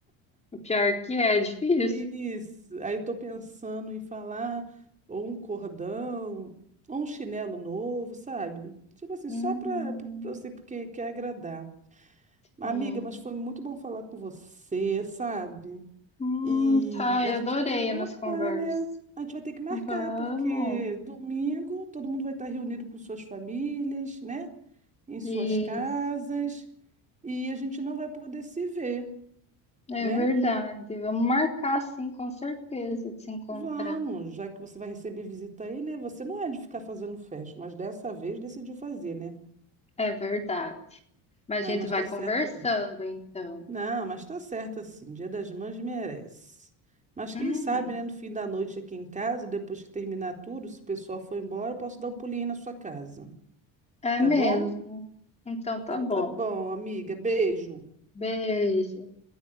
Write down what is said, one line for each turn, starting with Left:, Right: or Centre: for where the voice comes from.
Left: O pior que é, é difícil.
Right: Isso. Aí eu tô pensando em falar ou um cordão, ou um chinelo novo, sabe? Tipo assim,
Left: Uhum,
Right: só para você, porque quer agradar. Amiga,
Left: sim.
Right: mas foi muito bom falar com você, sabe?
Left: Hum,
Right: E
Left: tá, eu
Right: a gente
Left: adorei
Right: vai ter que marcar,
Left: a nossa conversa.
Right: né? A gente vai ter que marcar,
Left: Vamos.
Right: porque domingo todo mundo vai estar reunido com suas famílias, né? Em suas
Left: Isso.
Right: casas, e a gente não vai poder se ver,
Left: É
Right: né?
Left: verdade. Vamos marcar, sim, com certeza, de se encontrar.
Right: Vamos, já que você vai receber visita aí, né? Você não é de ficar fazendo festa, mas dessa vez decidiu fazer, né?
Left: É verdade. Mas
Right: Ah,
Left: a gente
Right: mas
Left: vai
Right: tá
Left: conversando,
Right: certa mesmo.
Left: então.
Right: Não, mas tá certo assim. Dia das Mães merece. Mas quem
Left: Uhum.
Right: sabe, né, no fim da noite aqui em casa, depois que terminar tudo, se o pessoal for embora, eu posso dar um pulinho aí na sua casa.
Left: É
Right: Tá
Left: mesmo.
Right: bom?
Left: Então tá
Right: Então
Left: bom.
Right: tá bom, amiga. Beijo.
Left: Beijo.